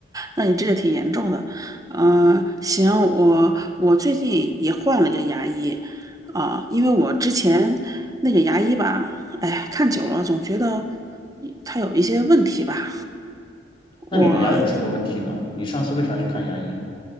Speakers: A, on the right (about 20°); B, on the left (about 30°).
A: 那你这个挺严重的。嗯、行，我我最近也换了个牙医啊、因为我之前那个牙医吧，哎呀，看久了总觉得他有一些问题吧。
B: 那你的牙有什么问题呢？
A: 我
B: 你上次为啥去看牙医？